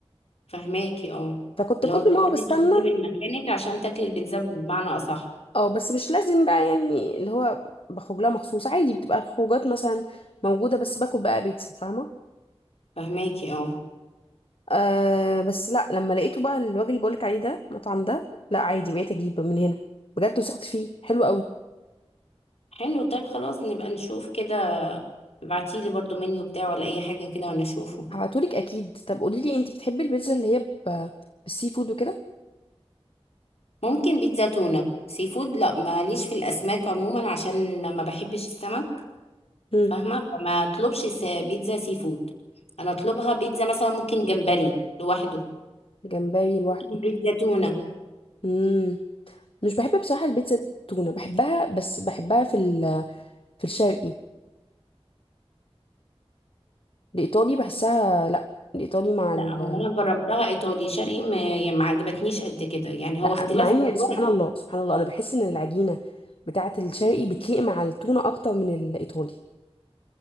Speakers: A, on the left; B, on the left.
A: فهماكي اه
B: فكنت
A: اللي
B: كل
A: هو بتستني
B: ما هو بستنى
A: تخرجي من مكانك عشان تاكلي البيتزا بمعنى اصح
B: اه بس مش لازم بقى يعني اللي هو بخرج لها مخصوص عادي بتبقى الخروجات مثلا موجوده بس باكل بقى بيتزا فاهمه
A: فهماكي اه
B: أه بس لا لما لقيته بقى الوجه اللي بقولك عليه ده المطعم ده لا عادي بقيت اجيب من هنا بجد وثقت فيه حلو قوي
A: حلو طيب خلاص نبقى نشوف كده ابعتيلي برضو منيو بتاعه ولا اي حاجة كده وانا اشوفه
B: هبعتهولك اكيد طب قولي لي انت بتحبي البيتزا اللي هي ب... بالسي فود وكده
A: ممكن بيتزا تونة سي فود لا ماليش في الاسماك عموما عشان ما بحبش السمك
B: امم
A: فاهمة فما اطلبش س- بيتزا سي فود انا اطلبها بيتزا مثلا ممكن جمبري لوحده
B: جمبري لوحده
A: بيتزا تونة
B: امم مش بحب بصراحه البيتزا التونه بحبها بس بحبها في ال... في الشرقي الايطالي بحسها لا الايطالي مع
A: لا
B: ال...
A: هو انا جربتها ايطالي شرقي ما يعني ما عجبتنيش قد كده يعني
B: لا
A: هو اختلاف
B: مع اني
A: اذواق
B: سبحان الله سبحان الله انا بحس ان العجينه بتاعه الشرقي بتليق مع التونه اكتر من الايطالي